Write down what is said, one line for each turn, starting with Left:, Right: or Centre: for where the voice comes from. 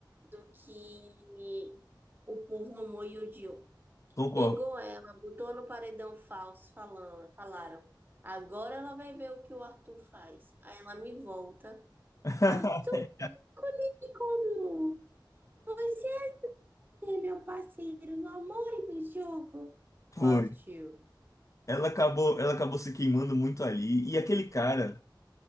Right: do que o povo amou e odiou.
Left: Tom Cor.
Right: Pegou ela, botou no paredão falso, falando, falaram. Agora ela vai ver o que o Arthur faz. Aí ela me volta.
Left: <laughs>
Right: Arthur, conectou Você é ser meu parceiro no amor e no jogo.
Left: Foi.
Right: Partiu.
Left: Ela acabou, ela acabou se queimando muito ali. E aquele cara,